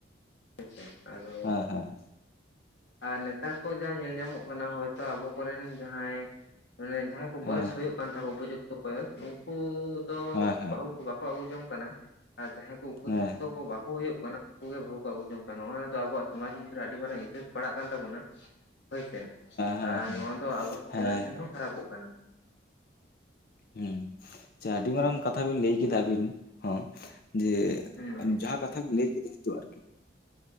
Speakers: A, on the left; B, on the left.
A: ᱦᱮᱸᱪᱮ ᱟᱫᱚ
B: ᱦᱮᱸ ᱦᱮᱸ ᱦᱮᱸ
A: ᱟᱨ ᱱᱮᱛᱟᱨ ᱠᱚ ᱡᱟᱦᱟᱸ ᱧᱮᱞ ᱧᱟᱢᱚᱜ ᱠᱟᱱᱟ ᱦᱚᱭᱛᱚ ᱟᱵᱚ ᱠᱚᱨᱮᱱ ᱡᱟᱦᱟᱸᱭ ᱢᱟᱱᱮ ᱡᱟᱦᱟᱸ
B: ᱦᱮᱸ
A: ᱵᱚᱭᱮᱥ ᱦᱩᱭᱩᱜ ᱠᱟᱱ ᱛᱟᱠᱚᱣᱟ ᱩᱯᱚᱡᱩᱠᱛᱚ ᱵᱚᱭᱮᱥ ᱩᱱᱠᱩ ᱫᱚ
B: ᱦᱮᱸ
A: ᱵᱟᱹᱦᱩ ᱵᱟᱠᱚ ᱟᱹᱜᱩ ᱡᱚᱝ ᱠᱟᱱᱟ, ᱟᱨ ᱡᱟᱦᱟᱸᱭ ᱠᱚ ᱩᱯᱚᱡᱩᱠᱛᱚ
B: ᱦᱮᱸ ᱦᱮᱸ
A: ᱠᱚ ᱵᱟᱠᱚ ᱦᱩᱭᱩᱜ ᱠᱟᱱᱟ ᱩᱱᱠᱩ ᱜᱮ ᱵᱟᱦᱩ ᱟᱹᱜᱩ ᱡᱚᱝ ᱠᱟᱱᱟ ᱚᱱᱟ ᱫᱚ ᱟᱵᱚᱣᱟᱜ ᱥᱚᱢᱟᱡ ᱢᱩᱫᱨᱮ ᱟᱹᱰᱤ ᱢᱟᱨᱟᱝ ᱤᱯᱷᱮᱠᱴ ᱯᱟᱲᱟᱜ ᱠᱟᱱ ᱛᱟᱵᱚᱱᱟ᱾ ᱦᱳᱭᱥᱮ
B: ᱦᱮᱸ
A: ᱟᱨ
B: ᱦᱮᱸ
A: ᱱᱚᱣᱟ ᱫᱚ ᱟᱵᱚ
B: ᱦᱮᱸ
A: ᱡᱮᱱᱟᱨᱮᱥᱚᱱ ᱦᱚᱸ ᱠᱷᱟᱨᱟᱯᱚᱜ ᱠᱟᱱᱟ᱾
B: ᱦᱮᱸ ᱟᱪᱪᱷᱟ ᱟᱹᱰᱤ ᱢᱟᱨᱟᱝ ᱠᱟᱛᱷᱟ ᱵᱤᱱ ᱞᱟᱹᱭ ᱠᱮᱫᱟ ᱟᱵᱤᱱ ᱦᱚᱸ ᱡᱮ
A: ᱦᱩᱸ
B: ᱡᱟᱦᱟᱸ ᱠᱟᱛᱷᱟ ᱵᱤᱱ ᱞᱟᱹᱭ ᱠᱮᱫᱟ ᱛᱚ ᱟᱨᱠᱤ